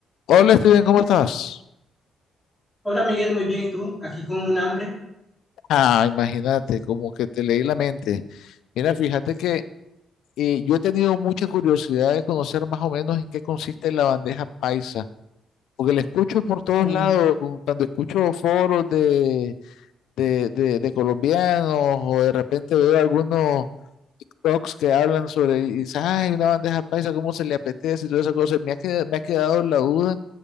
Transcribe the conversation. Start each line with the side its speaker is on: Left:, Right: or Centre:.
Left: Hola Steven, ¿cómo estás?
Centre: Hola Miguel, muy bien. ¿Y tú? Aquí con un hambre.
Left: Ah, imagínate, como que te leí la mente. Mira, fíjate que eh, yo he tenido mucha curiosidad de conocer más o menos en qué consiste la bandeja paisa, porque la escucho por todos
Centre: Uf,
Left: lados, cu- cuando escucho foros de, de, de- de colombianos o de repente veo algunos TikToks que hablan sobre, y dicen, ay, una bandeja paisa, ¿cómo se le apetece? Y todas esas cosas. Me ha quedado, me ha quedado la duda